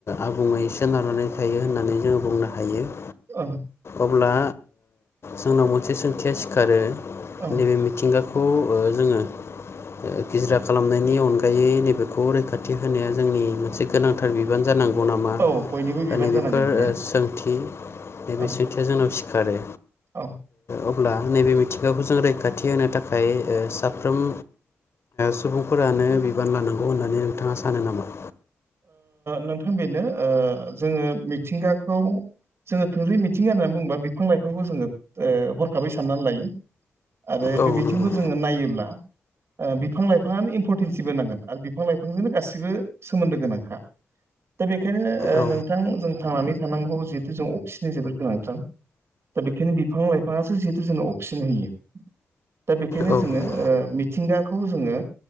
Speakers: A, on the left; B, on the right.
A: आबुंङै सोनारनानै थायो होननानै जोंङो बुंनो हायो।
B: अ
A: अब्ला जोंनाव मोनसे सोंथिया सिखारो
B: औ
A: नैबे मिथिंगाखौ खौ जोंङो गिजिरा खालामनायनि अनगायै नैबेखौ रैखाथि होनाया जोंनि मोनसे गोनांथार बिबान जानांगौ। जौ नामा
B: औ बयनिबो बिबान
A: दा नैबेफोर
B: जानांगोन बियो
A: सोंथि बे
B: औ
A: बे सथिया जोंनाव सिखारो
B: औ।
A: अब्ला नैबे मिथिंगाखौ जों रैखाथि होनो थाखाय साफ्रोम सुबुंफोरानो बिबान लानांगौ होननानै नोंथांङा सानो नामा?
B: नोंथां बेनो जोंङो मिथिंगाखौ जोंङो थोरै मिथिंगा होननानै बुंङोब्ला बिफां लाइफांखौ जोङो हरखाबै साननानै लायो। आरो
A: औ
B: बे बिथिंखौ
A: नंगौ
B: जोंङो नायोब्ला बिफां लाइफांङानो इम्परटेन्सिबो नांगोन आरो बिफां लाइफांजोंनो गासिबो सोमोन्दो गोनांखा दा बेखायनो
A: औ
B: नोंथां जों थांनानै थानांगौ जिहेतु जों अफिसनि जोबोद गोनांथार दा बेखायनो बिफां लाइफाङासो जिहेतु जोंनो अक्सिजेन होयो। दा बेखायनो
A: औ
B: जोङो मिथिंगाखौ जोङो